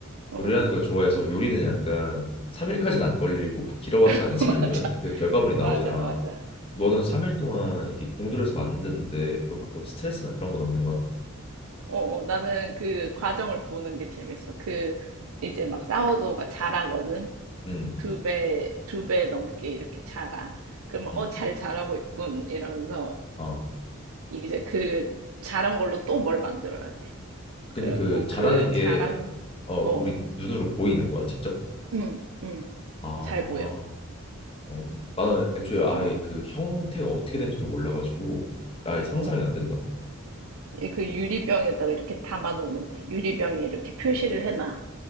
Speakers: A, on the right (about 85°); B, on the left (about 25°).
A: 어,
B: 요리하는
A: 어.
B: 걸 좋아해서 요리는 약간 3일까지는 안 걸리고 뭐 길어봤자
A: <laughs>
B: 한 시간이면
A: 맞아.
B: 그 결과물이
A: 맞아,
B: 나오잖아.
A: 맞아.
B: 너는
A: 어.
B: 3일 동안 이렇게 공들여서 만드는데 그럼 막그 스트레스나 그런 건 없는 거야?
A: 어어, 나는 그 과정을 보는 게 재밌어. 그, 이제
B: 응.
A: 막 사워도우가 자라거든?
B: 응.
A: 두 배, 두 배 넘게 이렇게 자라. 그러면,
B: 응.
A: 어, 잘 자라고 있군. 이러면서,
B: 어.
A: 이제 그 자란 걸로 또 뭘 만들어야 돼.
B: 근데
A: 그리고
B: 그 잘하는
A: 그
B: 게
A: 자랑,
B: 어,
A: 어,
B: 우리 눈으로 보이는 거야, 직접?
A: 응, 응,
B: 아,
A: 잘 보여.
B: 어, 나는 애초에 아예
A: 어,
B: 그 형태가 어떻게 되는지도 몰라가지고 아예 상상이
A: 어.
B: 안 된다.
A: 이그 유리병에다가 이렇게 담아놓으면 돼. 유리병에 이렇게 표시를 해놔.